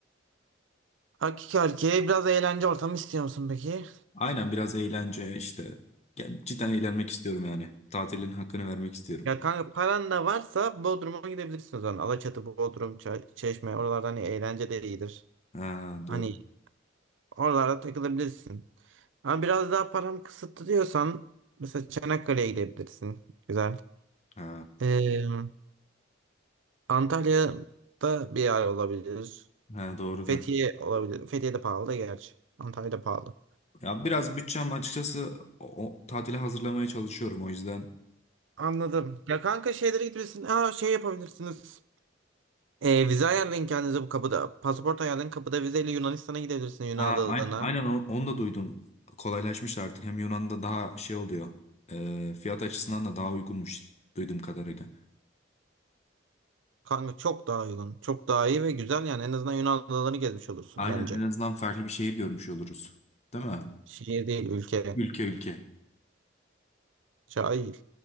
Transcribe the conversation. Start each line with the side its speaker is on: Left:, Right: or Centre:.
Right: Erkek erkeğe biraz eğlence ortamı istiyor musun peki?
Left: Aynen biraz eğlence işte. Ya Cidden eğlenmek istiyorum yani. Tatilin hakkını vermek istiyorum.
Right: Ya kanka paran da varsa Bodrum'a gidebilirsin o zaman. Alaçatı, Bodrum, Ça- Çeşme oralarda hani eğlence de iyidir.
Left: Ha
Right: Hani
Left: doğru.
Right: oralarda takılabilirsin. Ama biraz daha param kısıtlı diyorsan mesela Çanakkale'ye gidebilirsin. Güzel.
Left: Ha,
Right: Ee, Antalya'da bir yer olabilir.
Left: ha doğru
Right: Fethiye
Left: diyorsun.
Right: olabilir. Fethiye de pahalı da gerçi. Antalya da pahalı.
Left: Ya biraz bütçem açıkçası o, o tatile hazırlamaya çalışıyorum o yüzden.
Right: Anladım. Ya kanka şeylere gidebilirsiniz. Aa şey yapabilirsiniz. Ee, vize ayarlayın kendinize bu kapıda. Pasaport ayarlayın kapıda vizeyle Yunanistan'a gidebilirsiniz Yunan
Left: Ha,
Right: adalarına.
Left: ayn- aynen, onu, onu da duydum. Kolaylaşmış artık. Hem Yunan'da daha şey oluyor. e, fiyat açısından da daha uygunmuş duyduğum kadarıyla.
Right: Kanka çok daha uygun. Çok daha iyi ve güzel yani. En azından Yunan adalarını gezmiş olursun
Left: Aynen
Right: bence.
Left: en azından farklı bir şehir görmüş oluruz. Değil mi?
Right: Şehir değil ülke.
Left: Ülke ülke.
Right: Cahil.